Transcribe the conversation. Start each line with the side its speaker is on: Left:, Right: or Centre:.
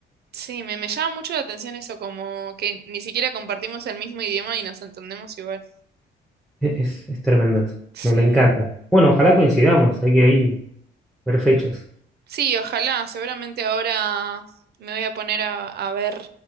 Right: sí, me, me llama mucho la atención eso, como que ni siquiera compartimos el mismo idioma y nos entendemos igual.
Centre: e- es, es tremendo. eso.
Right: Sí.
Centre: Me, me encanta. Bueno, ojalá coincidamos. Hay que ahí ver fechas.
Right: Sí, ojalá. Seguramente ahora me voy a poner a, a ver